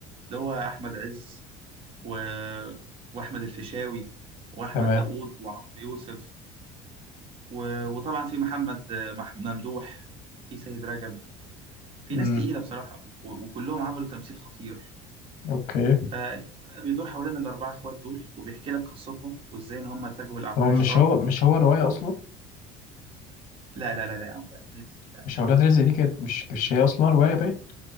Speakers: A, on the right; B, on the left.
A: اللي هو احمد عز و... واحمد الفيشاوي واحمد
B: تمام
A: داوود وعمرو يوسف و... وطبعا في محمد آه، مح... ممدوح في سيد رجب في
B: امم
A: ناس تقيله بصراحه و... وكلهم عملوا تمثيل خطير
B: اوكي
A: فالفيلم بقى بيدور حوالين الأربعة إخوات دول وبيحكي لك قصتهم وإزاي إن هم اتجهوا لأعمال
B: هو مش
A: الشر
B: هو مش هو رواية اصلا
A: لا لا لا لا يا عم لا رواية إزاي لا
B: مش
A: مش
B: اولاد
A: رواية
B: رزق
A: لا
B: دي كانت مش مش هي اصلا رواية باين